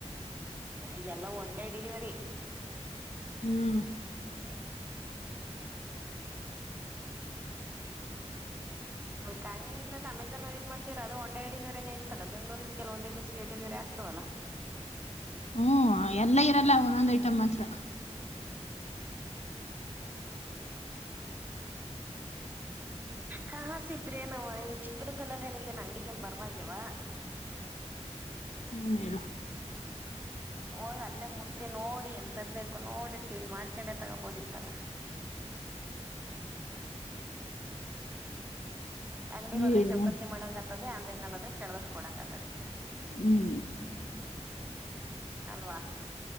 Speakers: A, on the right; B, on the left.
A: ಈಗೆಲ್ಲ ಒನ್ ಡೇ ಡಿಲಿವರಿ.
B: ಹ್ಮ್
A: ಹಾ ಕಾವ್ಯ ಇದ್ರಲ್ಲಿ ಅಮಝನ್ ಅಲ್ಲಿ ಇದ್ ಮಾಡ್ಸೀರ ಅದು ಒನ್ ಡೇ ಡೆಲಿವರಿ ಇತ್ತಲ್ಲ ಬೆಂಗಳೂರ್ ಇತ್ತು ಕೆಲ ಒಂದೇ ದಿವಸ ಡೆಲಿವರಿ ಆಗ್ತವಲ್ಲ.
B: ಹ್ಮ ಎಲ್ಲ ಇರಲ್ಲ ಒಂದೊಂದ್
A: ಹ್ಮ್
B: ಐಟಮ್ ಮಾತ್ರ.
A: ಕಾಸ ಇದ್ರೆ ನಾವ ಈ ಚಿಕ್ಕಬಿದರಕಲ್ಲು ಅಲ್ಲಿ ಈಗನ್ ಅಂಗಡಿಗೇನ್ ಬರವಾಗಿಯವ.
B: ಹೂಂ ಹೇಳು.
A: ಹೋದ್ ಅಲ್ಲೇ ಮುಟ್ಟಿ ನೋಡಿ ಎಂತದ ಬೇಕು ನೋಡಿ ಫೀಲ್ ಮಾಡ್ಕೊಂಡೆ ತಗೋಬೋದಿತ್ತಲ್ಲ. <inaudible> ಅಂಗ್ಡಿಗ ಹದ್ರೆ
B: ಏನ್
A: ಚೌಕಸಿ ಮಾಡಂಗ ಆತದೆ ಆನ್ಲೈನ್ ಅಲ್ಲದ್ರೆ ಕೇಳದಷ್ಟ್ಕ ಕೊಡಂಗ್ಗ್ತದೆ.
B: ಹ್ಮ್
A: ಅಲ್ವಾ.